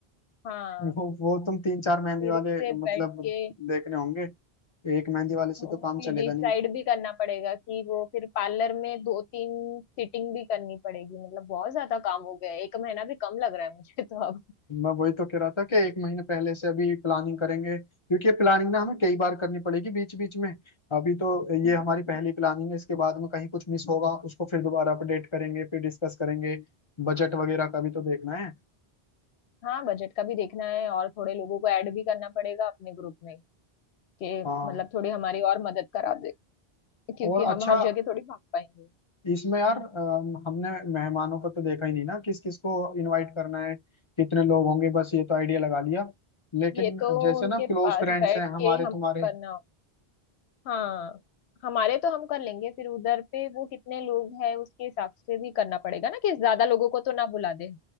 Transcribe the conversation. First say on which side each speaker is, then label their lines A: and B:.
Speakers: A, on the left (about 80°); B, on the left (about 35°).
A: हाँ
B: वो वो तुम तीन चार मेहंदी
A: फिर
B: वाले
A: उससे बैठ
B: मतलब
A: के
B: देखने होंगे एक मेहंदी वाले से
A: वो
B: तो काम
A: भी
B: चलेगा
A: डिसाइड
B: नहीं
A: भी करना पड़ेगा कि वो फिर पार्लर में दो तीन सिटिंग भी करनी पड़ेगी मतलब बहुत ज्यादा काम हो गया है। एक महीना भी कम लग रहा है मुझे तो अब
B: मैं वही तो कह रहा था कि एक महीने पहले से अभी प्लानिंग करेंगे क्योंकि ये प्लानिंग ना हमें कई बार करनी पड़ेगी बीच बीच में अभी तो
A: हाँ
B: ये हमारी पहली प्लानिंग है इसके बाद में कहीं कुछ मिस होगा उसको फिर दोबारा अपडेट करेंगे फिर डिस्कस करेंगे बजट वगैरह का भी तो देखना है
A: हाँ बजट का भी देखना है और थोड़े लोगों को ऐड भी करना पड़ेगा अपने ग्रुप में कि
B: हाँ
A: मतलब थोड़ी हमारी और मदद करा दे क्योंकि
B: और
A: हम
B: अच्छा
A: हर जगह थोड़ी भाग पाएंगे
B: इसमें यार अम, हमने मेहमानों को तो देखा ही नहीं ना किस किस को इनवाइट करना है कितने लोग होंगे बस ये तो आइडिया लगा लिया लेकिन
A: ये तो
B: जैसे
A: उनके
B: ना क्लोज
A: पास
B: फ्रेंड्स
A: बैठ
B: हैं
A: के
B: हमारे
A: हम
B: तुम्हारे
A: करना हो हाँ हमारे तो हम कर लेंगे फिर उधर पे वो कितने लोग हैं उसके हिसाब से भी करना पड़ेगा ना कि ज्यादा लोगों को तो ना बुला दे